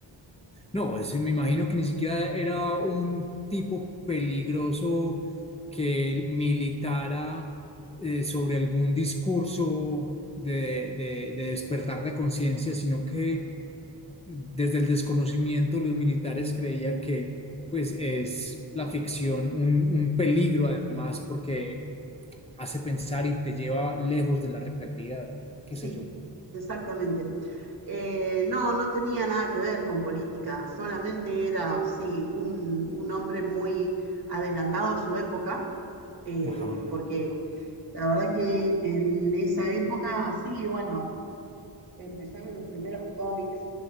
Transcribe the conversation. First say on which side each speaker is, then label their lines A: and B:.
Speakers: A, on the left (about 15°); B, on the right (about 60°).
A: no, ese me imagino que ni siquiera era un tipo peligroso que militara eh, sobre algún discurso de, de- de despertar de conciencia, sino que desde el desconocimiento los militares creían que pues es la ficción un, un peligro además porque hace pensar y te lleva lejos de la realidad, qué
B: Sí,
A: sé yo.
B: exactamente. Eh, no, no tenía nada que ver con política, solamente era, sí, un, un hombre muy adelantado a su época, eh,
A: Ajá,
B: porque la verdad que en esa época, sí, bueno, empezaron los primeros cómics